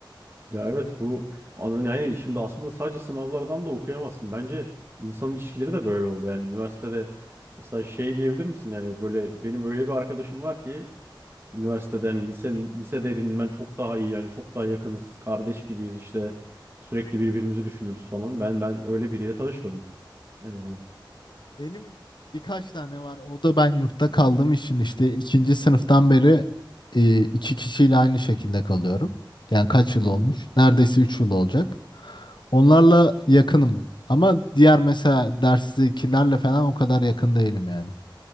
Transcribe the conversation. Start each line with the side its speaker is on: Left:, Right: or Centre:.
Right: Ya evet bu yani şimdi aslında sadece sınavlardan da okuyamazsın. Bence insan ilişkileri de böyle oldu. Yani üniversitede mesela şey diyebilir misin? Yani böyle benim öyle bir arkadaşım var ki üniversiteden lise lisede edinmen çok daha iyi yani çok daha yakınız. Kardeş gibiyiz işte sürekli birbirimizi düşünürüz falan. Ben ben öyle biriyle tanışmadım en azından.
Left: Benim birkaç tane var. O da ben yurtta kaldığım için işte ikinci sınıftan beri e, iki kişiyle aynı şekilde kalıyorum. Yani kaç yıl
Right: <laughs>
Left: olmuş? Neredeyse üç yıl olacak. Onlarla yakınım. Ama diğer mesela derstekilerle falan o kadar yakın değilim yani.